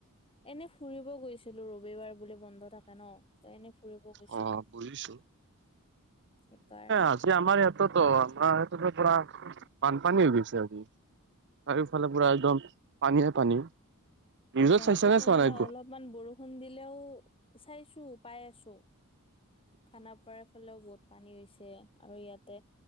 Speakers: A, on the left (about 25°); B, on the right (about 55°).
A: এনে ফুৰিব গৈছিলো। ৰবিবাৰ বুলি বন্ধ থাকে ন। ত এনে ফুৰিব গৈছিলো।
B: অ বুজিছো।
A: সেইকাৰণে
B: আজি আমাৰ ইয়াতোটো আমাৰ <unintelligible> পুৰা বানপানী হৈ গৈছে আজি। চাৰিওফালে পুৰা একদম পানীয়ে পানী। নিউজত
A: গুৱাহাটীত
B: চাইছা নে চোৱা
A: মানে
B: নাই
A: অলপমান বৰষুণ দিলেও চাইছো, পাই আছো। খানাপাৰাৰ ফালেও বহুত পানী হৈছে আৰু ইয়াতে